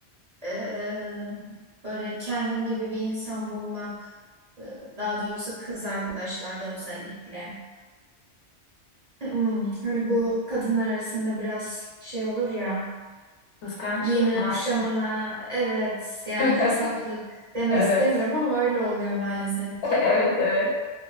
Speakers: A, on the right (about 40°); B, on the left (about 75°).
A: Ee, böyle kendim gibi bir insan bulmak, e, daha doğrusu kız arkadaşlarda özellikle. Hmm, Hani bu kadınlar arasında biraz şey olur ya
B: Kıskançlık
A: giyimine
B: mı?
A: kuşamına evet yani
B: <laughs>
A: fesatlık demek
B: Evet.
A: istemiyorum ama öyle oluyor maalesef
B: <laughs>
A: ki.
B: Evet evet